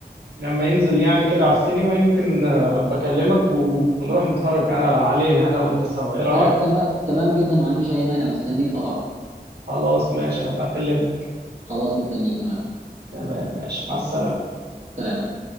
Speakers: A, on the right (about 80°); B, on the right (about 45°).
A: لما ينزل يعني كده على السينما يمكن آه، ابقى اكلمك و... ونروح نتفرج آه، عليه انا وانت سوا ايه رأيك
B: اه تمام تمام جدا ما عنديش اي مانع مستنيك طبعا
A: خلاص ماشي هبقى اكلمك
B: خلاص مستنيك تمام
A: تمام ماشي مع السلامة
B: سلام